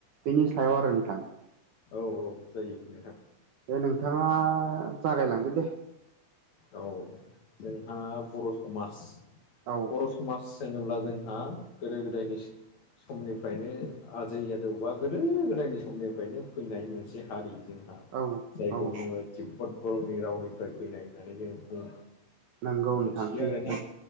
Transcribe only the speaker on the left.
औ औ जायो नोंथां
औ जोंहा बर' समाज
बर' समाज होनोब्ला जोंहा गोदो गोदायनि समनिफ्रायनो आजै आजौ बा गोदो गोदायनि समनिफ्रायनो फैनाय मोनसे हारि। जोंहा
जायखौ
बुङो तिब्बत बर'मि रावनिफ्राय फैनाय होननानै जों बुं
मिथियो
आरो ना